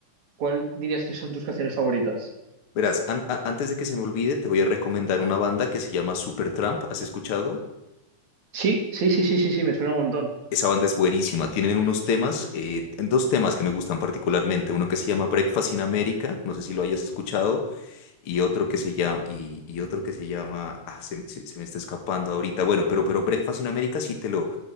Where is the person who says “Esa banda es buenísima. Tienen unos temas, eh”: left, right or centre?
Left